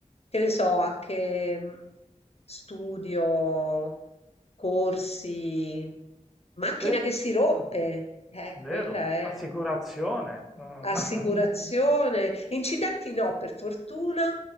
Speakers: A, on the left; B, in the centre.
A: che ne so, anche, mhmm, studio, corsi, macchina
B: Sì,
A: che si rompe, eh,
B: vero.
A: quella è
B: Assicurazione. Mm.
A: assicurazione, incidenti no per fortuna,